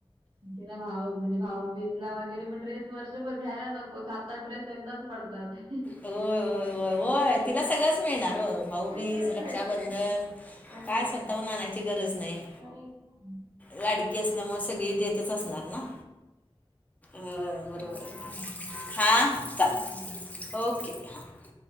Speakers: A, on the right; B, on the left.
A: ति ना भाऊ म्हणजे भाऊ बीजाला वगैरे ड्रेस वर्षा वर्षभर घ्यायला नको सात आठ ड्रेस एकदाच पडतात.
B: होय होय होय तिला सगळंच मिळणार हो भाऊबीज
A: खराब वाटतं
B: रक्षाबंधन.
A: तिला हा
B: काय स्वतःहून आणायची गरज नाही.
A: बरं आहे की नाही
B: लाडकी असल्यामुळे सगळी देतच असणार ना. होय बरोबर
A: चालेल
B: आहे
A: चालेल
B: की हा
A: करते
B: हा
A: मग
B: चालेल
A: थोड्या वेळाने
B: ओके हा.